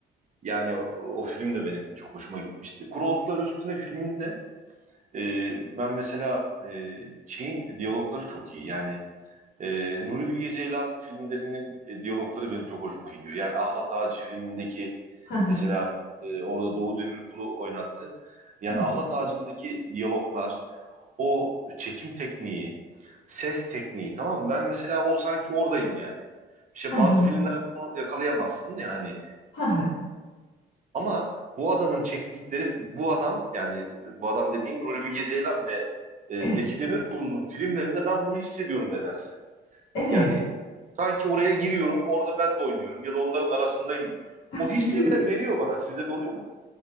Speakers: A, on the right; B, on the left.
A: Yani o, o film de benim çok hoşuma gitmişti. Kuru Otlar Üstüne filminde e, ben mesela e, şeyin diyalogları çok iyi. Yani Ee, Nuri Bilge Ceylan filmlerinin e, diyalogları benim çok hoşuma gidiyor. Yani Ahlat Ağacı filmindeki
B: Ha ha.
A: mesela e, orada Doğu Demirkol'u oynattı. Yani
B: Evet.
A: Ahlat Ağacı'ndaki diyaloglar, o çekim tekniği, ses tekniği tamam mı? Ben mesela o sanki oradayım yani. İşte
B: Ha
A: bazı
B: ha.
A: filmlerde bunu yakalayamazsın yani.
B: Ha ha.
A: ama bu adamın çektikleri, bu adam yani bu adam dediğim Nuri Bilge Ceylan ve e,
B: Evet.
A: Zeki Demirkubuz'un filmlerinde ben bunu hissediyorum nedense.
B: Evet.
A: Yani sanki oraya giriyorum, orada ben de oynuyorum ya da onların arasındayım.
B: <laughs>
A: O hissi
B: Değil mi?
A: veriyor bana. Sizde de oluyor mu?